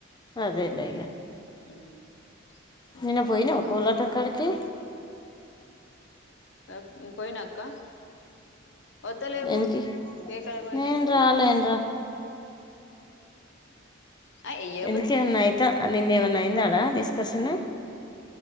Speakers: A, on the left; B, on the left.
A: అదేలే
B: ఉమ్ ఉమ్
A: నిేను
B: త్రీ
A: పోయినా
B: ఫోర్
A: ఒకలాటక్కడికి
B: వన్ ఆ పోయినాక్క వత్తలేవు
A: ఎనికి
B: కేకలకు
A: ననుాలన్
B: అ ఏ
A: ఎందుకేమన్నా అయిత నిేన్న ఏమన్నా అయింద అడా డిస్కషన్